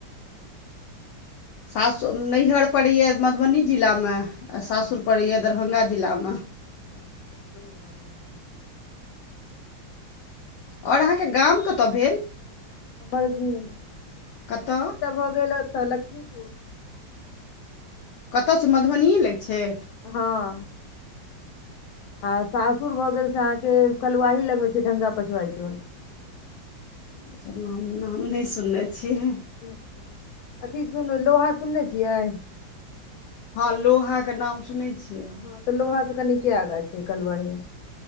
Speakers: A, on the left; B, on the left.
A: सासु नैहर पड़ैए मधुबनी जिला में,
B: अच्छा
A: आ सासुर पड़ैए दरभंगा जिला मऽ।
B: अच्छा दूर भऽ जाइ छै।
A: अओर अहाँके गाम कतऽ भेल।
B: हमर <unintelligible>
A: कतय
B: नैहर तऽ भऽ गेल ओतऽ लक्ष्मीपुुर।
A: कतऽ छय मधुबनिए लैग छय।
B: हँ। आ सासुर भऽ गेल से अहाँके कलुवाही लग में छै ढंगा पछुाइ टोल।
A: अच्छा नाम-नाम नहि सुनने छियै।
B: नहि, अथी सुनू लोहा सुनने छियै।
A: हँ लोहा क नाम सुनै छियै।
B: हँ तऽ लोहा से कनिके आगा छै कलवाही।